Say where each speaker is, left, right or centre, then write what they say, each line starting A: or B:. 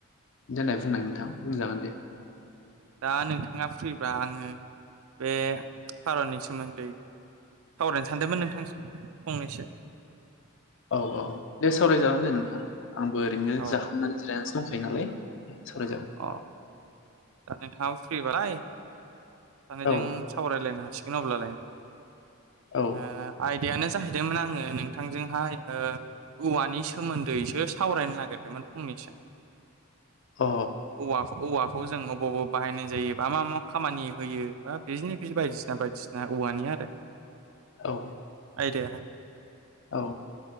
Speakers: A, on the left (about 55°); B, on the right (about 65°).
A: देनाय बुंनाय नोंथां बुंजागोन दे
B: दा नोंथाङा फ्रिबा आङो बे खार'ननि सोमोन्दै सावरायनो सानदोंमोन नोंथांजों फंनैसो
A: औ औ दे सावरायजागोन दे नोंथां आंबो ओरैनो
B: औ
A: जाखांनानै जिरायनासो दंखायो नालाय सावरायजागोन
B: अ दा नोंथाङाबो फ्रिबालाय <unintelligible>
A: औ
B: सावरायलायनो हासिगोन अब्लालाय
A: औ
B: ओ आइद देयानो जाहैदोंमोन आङो नोंथांजों हाय ओ औवानि सोमोन्दैसो सावरायनो नागिरदोंमोन फंनैसो
A: अ
B: औवखौ औवाखौ जों अबाव बबाव बाहायनाय जायो बा मा मा खामानि होयो बा बिनि बायदिसिना बायदिसिना औवानि आरो
A: औ
B: आयदायाहाय
A: औ